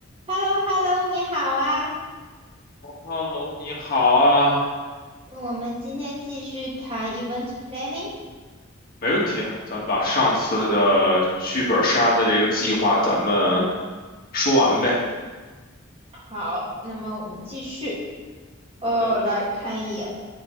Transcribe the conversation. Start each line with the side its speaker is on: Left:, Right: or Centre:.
Right: h e l l o h e l l o 你好啊！
Left: Hello，你好啊，
Right: 我们今天继续谈 event planning。
Left: 没问题啊咱们把上次的剧本杀的这个计划咱们说完呗。
Right: 好，那么我们继续，呃，
Left: 好的，
Right: 来看一眼。